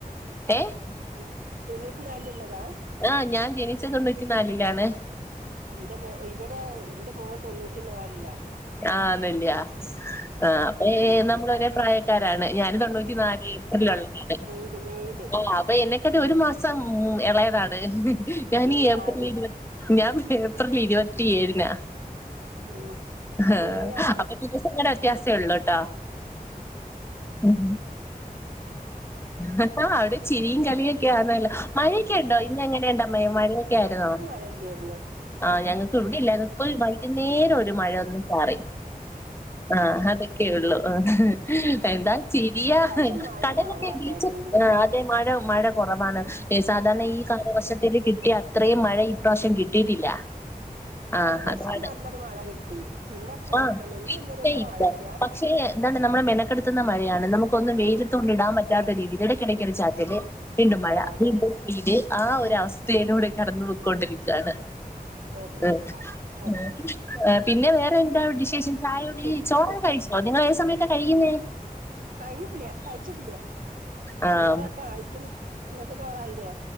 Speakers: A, on the left; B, on the right.
A: ഏഹ്
B: ഉം തൊണ്ണൂറ്റി നാലിൽ ഉള്ളതാ.
A: ആ ഞാൻ ജനിച്ച് തൊണ്ണൂറ്റി നാലിലാണ്.
B: എന്റെ മോ ഇവരെ എന്റെ മോൻ തൊണ്ണൂറ്റി നാൽലാ.
A: ആഹ് അതല്ലിയാ ആ അപ്പൊ ഏഹ്
B: തൊണ്ണൂറ്റിനാല്
A: നമ്മളൊരേ പ്രായക്കാരാണ് ഞാന് തൊണ്ണൂറ്റി നാല് ഏപ്രിൽലുള്ളതാണ്.
B: ല്ല മെയ്
A: ആ അപ്പൊ എന്നെക്കാട്ട് ഒരു മാസം ഉം എളയതാണ് ഞാനീ
B: മെയ്
A: ഏപ്രിൽ
B: ആറിന്
A: ഇരുവ ഞാൻ ഏപ്രിൽ ഇരുവത്തിഏഴിനാ.
B: ഉം
A: അഹ്
B: മെയ് ആറ്
A: അപ്പൊ ദിവസങ്ങളെ വ്യത്യാസെ ഒള്ളുട്ടാ. ഉം ആഹ്. അവിടെ ചിരിയും കളിയൊക്കെ ആന്നല്ലോ മഴയൊക്കെ ഉണ്ടോ ഇന്ന എങ്ങനെയുണ്ടമ്മേ മഴയൊക്ക ആര്ന്നോ?
B: ഇപ്പ <unintelligible>
A: ആഹ് ഞങ്ങക്ക് ഇവിടെ ഇല്ലായിരുന്നു ഇപ്പൊരു വൈകുന്നേരം ഒരു മഴയൊന്നു ചാറി. ആഹ് അതൊക്കെ ഉള്ളു അഹ് എന്താ ചിരിയാ.
B: ഇപ്പ മഴ
A: കടലൊക്കെ
B: കൊറവാല്ലേ
A: ബീച്ച്
B: അല്ലെങ്കിലും.
A: ആഹ് അതെ മഴ മഴ കൊറവാണ് സാധാരണ
B: ആഹ്
A: ഈ കാലവർഷത്തില് കിട്ടിയ അത്രയും മഴ ഇപ്രാവ്ശ്യം കിട്ടിയിട്ടില്ല ആഹ്
B: രണ്ടൂസം
A: അതാണ്.
B: നല്ലൊരു മഴ കിട്ടി പിന്നെ ഒക്കെ ഇങ്ങൻ
A: ആഹ്
B: തന്നെ ഇന്നും
A: പിന്നെ
B: ഇന്നലിയൊന്നും
A: ഇല്ല.
B: മഴയില്ല
A: പക്ഷേ എന്താണ് നമ്മുടെ മെനക്കെടുത്തുന്ന മഴയാണ് നമുക്കൊന്നും വെയിലത്ത് കൊണ്ട് ഇടാൻ പറ്റാത്ത രീതിയിൽ. ഇടക്കെടക്കൊരു ചാറ്റല് വീണ്ടും മഴ
B: ആഹ് അതെ
A: വീണ്ടും വീട് ആ ഒരു അവസ്ഥയിലൂടെ കടന്നു പോയിക്കൊണ്ടിരിക്കാണ്
B: ആഹ്
A: ആഹ്
B: അതെ
A: ആഹ് പിന്നെ വേറെ എന്താവ്ടെ വിശേഷം ചായുടി
B: ചോ
A: ചോറൊക്കെ
B: ചോ
A: കഴിച്ചോ നിങ്ങൾ ഏത് സമയത്താ കഴിക്കുന്നേ
B: കയിഞ്ഞിട്ടില്ല കയ്ച്ചിട്ടില്ല
A: ആഹ്
B: ചോറൊക്കെ ആയ്ക്ക്ന്ന് ഇങ്ങക്ക് ചോറായില്ലേ